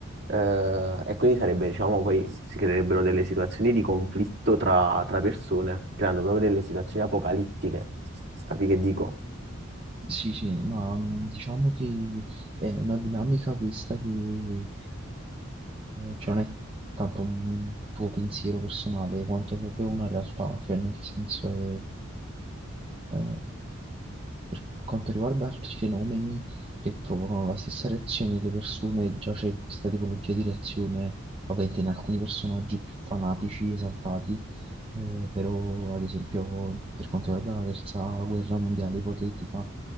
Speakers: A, on the right; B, on the right.
A: eh, e quindi sarebbe, diciamo, poi si creerebbero delle situazioni di conflitto tra, tra persone, creando proprio delle situazioni apocalittiche. Capi che dico?
B: Sì, sì, ma mh, diciamo che è una dinamica questa che eh, cioè non è tanto un tuo pensiero personale quanto proprio una realtà, cioè nel senso è, eh, Per quanto riguarda altri fenomeni che provocano la stessa reazione nelle persone, già c'è questa tipologia di reazione, ovviamente in alcuni personaggi più fanatici, esaltati, eh, però ad esempio per quanto riguarda la terza guerra mondiale ipotetica,